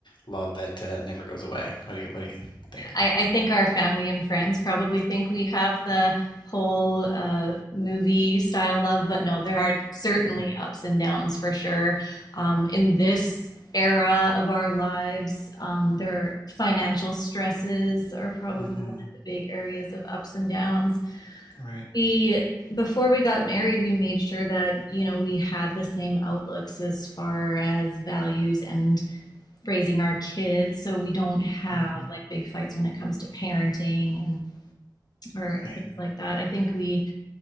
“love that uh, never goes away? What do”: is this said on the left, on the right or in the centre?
Left